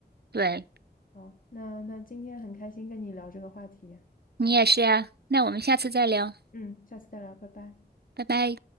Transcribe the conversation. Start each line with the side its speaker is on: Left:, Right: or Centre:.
Right: 对，
Left: 好，那那今天很开心跟你聊这个话题，
Right: 你也是呀，那我们下次再聊，
Left: 嗯，下次再聊，拜拜。
Right: 拜拜。